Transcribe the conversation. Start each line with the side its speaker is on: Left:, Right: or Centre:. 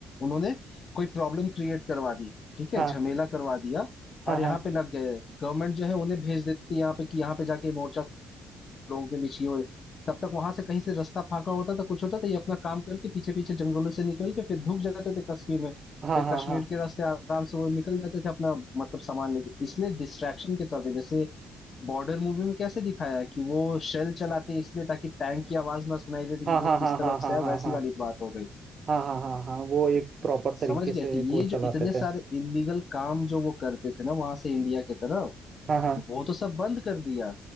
Left: उन्होंने कोई प्रॉब्लम क्रिएट करवा दी ठीक है
Right: हाँ
Left: झमेला करवा दिया
Right: हाँ
Left: और यहाँ
Right: हाँ
Left: पे लग गए गवर्नमेंट जो है उन्हें भेज देती थी यहाँ पे कि यहाँ पे जाके मोर्चा लोगों के बीच ये हो रही, तब तक वहां से कहीं से रास्ता फाका होता था कुछ होता था ये अपना काम करके पीछे पीछे जंगलों से निकल के फिर धूप जाते थे कश्मीर में
Right: हाँ
Left: फिर
Right: हाँ
Left: कश्मीर
Right: हाँ
Left: के रास्ते आराम से वो निकल जाते थे अपना मतलब सामान लेके इसलिए डिस्ट्रैक्शन के तौर पे जैसे बॉर्डर मूवी में कैसे दिखाया है कि वो शेल चलाते हैं इसलिए ताकि टैंक की आवाज ना सुनाई देती
Right: हाँ
Left: कि
Right: हाँ
Left: वो
Right: हाँ
Left: किस
Right: हाँ
Left: तरफ
Right: हाँ हाँ
Left: से है
Right: हाँ हाँ
Left: वैसी
Right: हाँ हाँ हाँ
Left: वाली बात हो गई
Right: हाँ हाँ हाँ हाँ वो एक प्रॉपर
Left: समझ
Right: तरीके
Left: गए
Right: से
Left: तो ये
Right: एक वो
Left: जो
Right: चलाते
Left: इतने सारे
Right: थे
Left: इलीगल काम जो वो करते थे ना वहां से इंडिया की तरफ
Right: हाँ हाँ
Left: वो तो सब बंद कर दिया